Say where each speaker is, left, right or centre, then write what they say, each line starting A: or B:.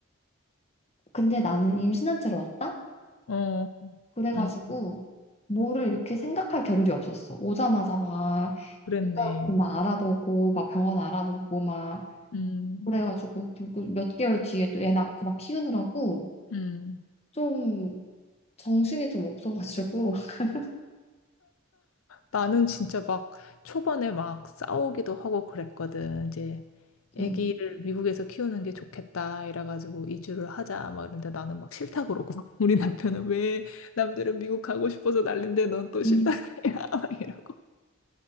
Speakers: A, on the left; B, on the left.
A: 근데 나는 임신한 채로 왔다?
B: 예. 어,
A: 그래가지고
B: 음,
A: 뭐를 이렇게 생각할 겨를이 없었어. 오자마자 막
B: 그랬네.
A: 일단 막 알아보고 막 병원 알아보고 막
B: 음,
A: 그래가지고 그리고 몇 개월 뒤에 또 애 낳고 막 키우느라고
B: 음.
A: 좀 정신이 좀 없어가지고 <laughs>
B: 나는 진짜 막 초반에 막 싸우기도 하고 그랬거든. 이제
A: 음,
B: 아기를 미국에서 키우는 게 좋겠다 이래가지고 이주를 하자 막 이런데 나는 막 싫다 그러고 <laughs> 우리 남편은 왜 남들은 미국 가고 싶어서 난린데 넌 또 싫다
A: 음,
B: 그래야 <laughs> 막 이러고